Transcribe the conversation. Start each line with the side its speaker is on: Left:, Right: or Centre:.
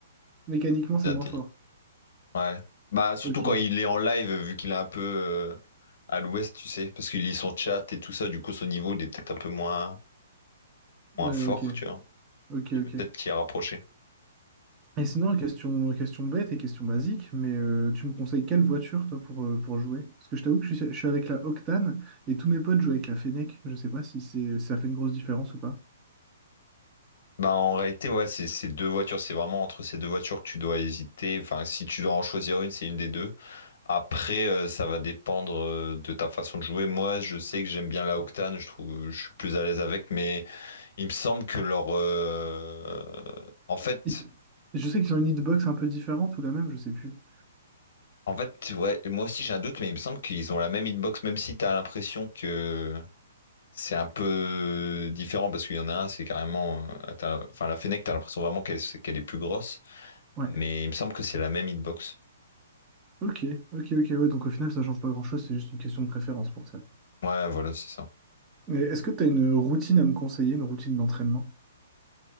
Right: mécaniquement, c'est
Left: inté-
Right: moins fort.
Left: Ouais. Bah, surtout
Right: Ok.
Left: quand il est en live, vu qu'il est un peu euh, à l'ouest, tu sais, parce qu'il lit son chat et tout ça, du coup, son niveau, il est peut-être un peu moins, moins
Right: Ouais,
Left: fort,
Right: ok.
Left: tu vois.
Right: Ok,
Left: Tu
Right: ok.
Left: peux peut-être t'y rapprocher.
Right: Et sinon, question, question bête et question basique, mais euh, tu me conseilles quelle voiture, toi, pour, euh, pour jouer? Parce que je t'avoue que je suis, je suis avec la Octane et tous mes potes jouent avec la Fennec. Je sais pas si c'est, si ça fait une grosse différence ou pas.
Left: Bah, en réalité, ouais, c'est ces deux voitures, c'est vraiment entre ces deux voitures que tu dois hésiter. Enfin, si tu dois en choisir une, c'est une des deux. Après, euh, ça va dépendre euh, de ta façon de jouer. Moi, je sais que j'aime bien la Octane, je trouve, je suis plus à l'aise avec, mais il me semble que leur, euh, en fait,
Right: Hit- Je sais qu'ils ont une hitbox un peu différente ou la même, je sais plus.
Left: en fait, ouais, moi aussi j'ai un doute, mais il me semble qu'ils ont la même hitbox, même si t'as l'impression que c'est un peu différent parce qu'il y en a un, c'est carrément, euh, t'as- enfin la Fennec, t'as l'impression vraiment qu'elle, qu'elle est plus grosse,
Right: Ouais.
Left: mais il me semble que c'est la même hitbox.
Right: Ok, ok, ok, ouais. Donc au final, ça change pas grand-chose, c'est juste une question de préférence pour ça.
Left: Ouais, voilà, c'est ça.
Right: Et Est-ce que tu as une routine à me conseiller, une routine d'entraînement?